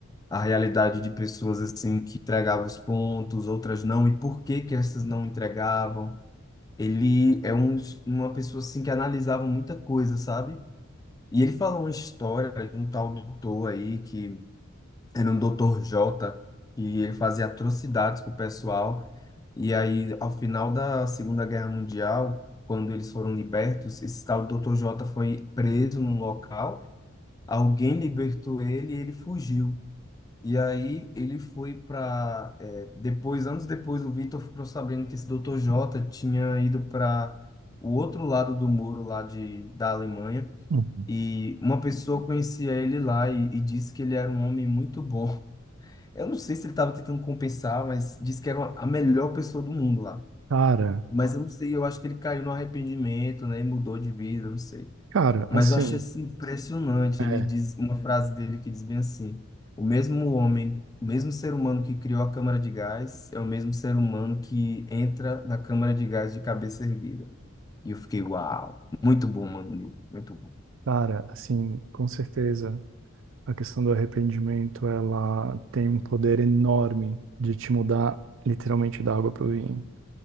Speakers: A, on the left (about 15°); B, on the right (about 60°).
A: a realidade de pessoas assim que entregavam os pontos, outras não, e por que que essas não entregavam. Ele é um, uma pessoa assim que analisava muita coisa, sabe? E ele falou uma história de um tal doutor aí que era um doutor Jota e ele fazia atrocidades com o pessoal. E aí, ao final da Segunda Guerra Mundial, quando eles foram libertos, esse tal doutor Jota foi preso num local. Alguém libertou ele e ele fugiu. E aí ele foi para depois, anos depois, o Vitor ficou sabendo que esse Dr. J tinha ido para o outro lado do muro lá de, da Alemanha.
B: Uhum.
A: E uma pessoa conhecia ele lá e, e disse que ele era um homem muito bom. <laughs> Eu não sei se ele estava tentando compensar, mas disse que era uma- a melhor pessoa do mundo lá.
B: Cara,
A: Mas eu não sei, eu acho que ele caiu no arrependimento, né? E mudou de vida, eu não sei.
B: cara,
A: Mas
B: assim,
A: eu achei assim, impressionante. Ele
B: é,
A: diz uma frase dele que diz bem assim: o mesmo homem, o mesmo ser humano que criou a câmara de gás é o mesmo ser humano que entra na câmara de gás de cabeça erguida. E eu fiquei, uau, muito bom, mano, Neil, muito bom.
B: cara, assim, com certeza a questão do arrependimento, ela tem um poder enorme de te mudar literalmente da água pro vinho.